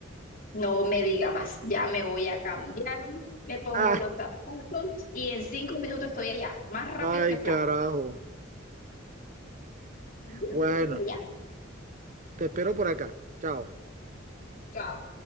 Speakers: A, on the left; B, on the right.
A: no me diga más. Ya me voy a cambiar, me pongo
B: Ah,
A: los zapatos y en cinco minutos estoy allá, más rápido
B: ay,
A: que flash.
B: carajo.
A: Ya
B: Bueno,
A: voy para allá.
B: te espero por acá. Chao.
A: Chao.